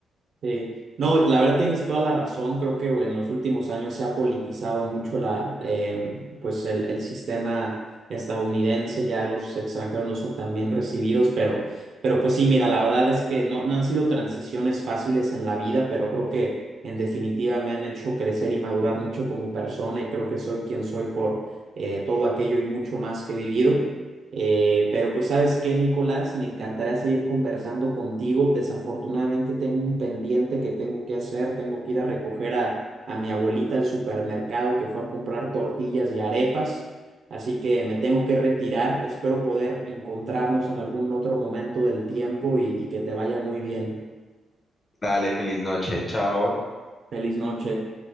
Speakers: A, on the right; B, on the left.
A: sí. No, la verdad tienes toda la razón. Creo que en los últimos años se ha politizado mucho la, eh, pues el, el sistema estadounidense. Ya los extranjeros no son tan bien recibidos, pero, pero pues sí, mira, la verdad es que no, no han sido transiciones fáciles en la vida, pero creo que en definitiva me han hecho crecer y madurar mucho como persona y creo que soy quien soy por eh, todo aquello y mucho más que he vivido. Eh, pero pues sabes qué, Nicolás, me encantaría seguir conversando contigo. Desafortunadamente tengo un pendiente que tengo que hacer. Tengo que ir a recoger a, a mi abuelita al supermercado que fue a comprar tortillas y arepas. Así que me tengo que retirar. Espero poder encontrarnos en algún otro momento del tiempo y, y que te vaya muy bien.
B: Dale, feliz noche, chao.
A: Feliz noche.